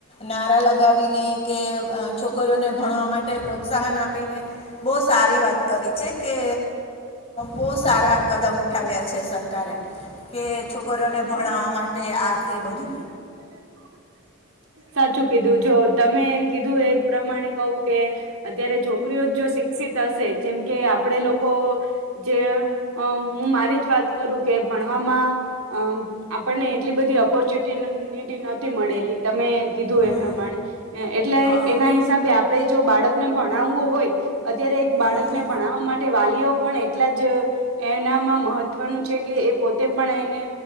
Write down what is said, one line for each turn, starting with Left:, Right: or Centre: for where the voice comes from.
Left: નારા લગ ગાવીને કે છોકરીઓને ભણવા માટે પ્રોત્સાહન આપીને બહુ સારી વાત કરી છે કે બહુ સારા કદમ ઉઠાવ્યા છે સરકારે કે છોકરીઓને ભણાવવા માટે આ તે બધું
Right: હ સાચું કીધું જો તમે કીધું એ પ્રમાણે કહ કે અત્યારે છોકરીઓ જ જો વિક હશે જેમ કે આપડ લોકો જે હું મારી જ વાત કરું કે ભણવામાં અ આપણને એટલી બધી ઓપોર્ચ્યુનિનિટી નથીતી મળેલી તમે કીધું એ
Left: હમ
Right: પ્રમાણે એટલે
Left: હા
Right: એના હિસાબે આપણે જ જો બાળકને ભણાવવું હોય અત્યારે એક બાળકને
Left: હમ
Right: ભણાવવા માટે વાલીઓ પણ એટલા જ એનામાં મહત્વનું છે કે એ પોતે પણ એને